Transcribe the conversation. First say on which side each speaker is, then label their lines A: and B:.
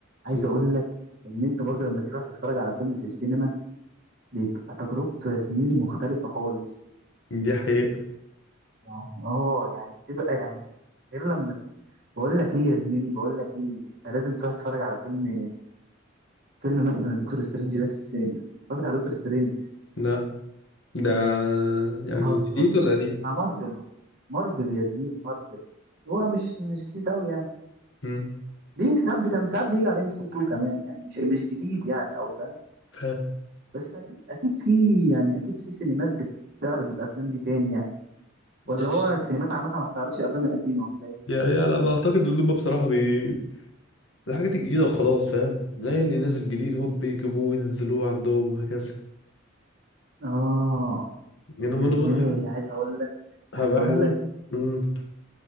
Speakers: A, on the right; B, on the left.
A: عايز
B: مم.
A: اقول لك ان انت برضه لما تروح تتفرج على فيلم في السينما بيبقى تجربته يا زميلي مختلفة خالص
B: دي حقيقة
A: يعني اه يعني بتبقى يعني غير لما بقول لك ايه يا زميلي بقول لك ايه انت لازم تروح تتفرج على فيلم فيلم مثلا دكتور سترينج ده في السينما اتفرجت على دكتور سترينج
B: لا ده يعني
A: بتهزر
B: جديد ولا قديم؟
A: بتاع مارفل مارفل يا زميلي مارفل هو مش مش جديد قوي يعني
B: مم.
A: بيجي ساعات كان ساعات بيجي على ام بي سي 2 كمان يعني مش مش جديد يعني قوي فاهم
B: فاهم
A: بس اكيد اكيد في يعني اكيد في سينمات بت- بتعرض الافلام دي تاني يعني ولا
B: يا
A: هو السينمات عامه ما بتعرضش الافلام القديمه ولا ايه
B: يا يا لا بعتقد ان هم بصراحة بي... الحاجات الجديدة وخلاص فاهم زي اللي نازل جديد هو بيجيبوه وينزلوه عندهم وهكذا
A: اه
B: يعني انا برضه
A: يا زميلي
B: أنا ح-
A: عايز اقول لك
B: هبقى
A: عايز اقول
B: احاول
A: لك
B: مم.